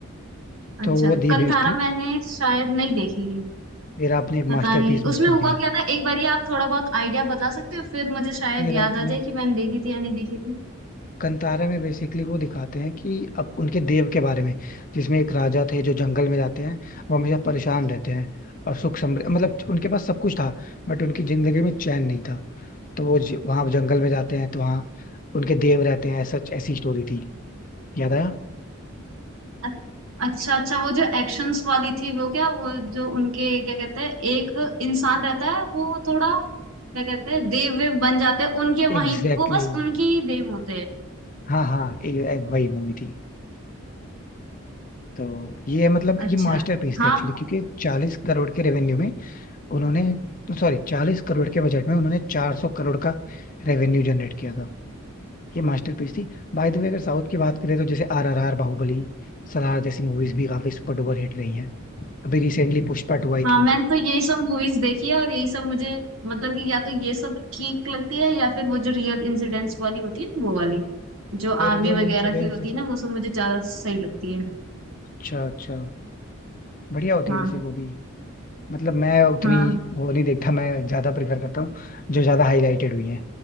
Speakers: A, on the left (about 40°); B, on the right (about 75°).
A: तो
B: अच्छा
A: वो दी
B: कंथारा
A: बेस्ट थी
B: मैंने शायद नहीं देखी
A: फिर आपने एक
B: पता
A: मास्टरपीस
B: नहीं
A: मिस
B: उसमें
A: कर
B: हुआ
A: दिया
B: क्या था एक बार आप थोड़ा बहुत आइडिया बता सकते हो फिर मुझे शायद
A: फिर
B: याद
A: आपने
B: आ जाए कि मैंने देखी थी या नहीं देखी थी
A: कंतारा में बेसिकली वो दिखाते हैं कि अब उनके देव के बारे में जिसमें एक राजा थे जो जंगल में जाते हैं वो हमेशा परेशान रहते हैं और सुख समृद्धि मतलब उनके पास सब कुछ था बट उनकी जिंदगी में चैन नहीं था तो वो ज- वहाँ जंगल में जाते हैं तो वहाँ उनके देव रहते हैं सच ऐसी स्टोरी थी याद आया
B: अ- अच्छा अच्छा वो जो एक्शंस वाली थी वो क्या वो जो उनके क्या कहते हैं एक इंसान रहता है वो थोड़ा क्या कहते हैं देव वेव बन जाते हैं उनके
A: Exactly
B: वहीं वो बस
A: exactly.
B: उनके ही देव होते हैं
A: हाँ हाँ ए- ए- वही मूवी थी तो ये मतलब
B: अच्छा
A: ये मास्टरपीस
B: हाँ
A: थी एक्चुअली क्योंकि चालीस करोड़ के रेवेन्यू में उन्होंने सॉरी चालीस करोड़ के बजट में उन्होंने चार सौ करोड़ का रेवेन्यू जनरेट किया था ये मास्टरपीस थी बाय द वे अगर साउथ की बात करें तो जैसे आर आर आर बाहुबली सलार जैसी मूवीज भी काफी सुपर डुपर हिट रही हैं अभी रिसेंटली पुष्पा टू आई
B: हाँ
A: थी
B: मैंने तो यही सब मूवीज देखी है और यही सब मुझे मतलब कि या तो ये सब ठीक लगती है या फिर वो जो रियल इंसिडेंट्स वाली होती है ना वो वाली जो आर्मी
A: रियल
B: वगैरह
A: इंसिडेंट्स
B: की होती
A: जैसे
B: है ना वो सब मुझे ज्यादा सही लगती है
A: अच्छा अच्छा बढ़िया होती
B: हाँ
A: है वैसे वो भी मतलब मैं उतनी
B: हाँ
A: वो नहीं देखता मैं ज्यादा प्रेफर करता हूँ जो ज्यादा हाईलाइटेड हुई है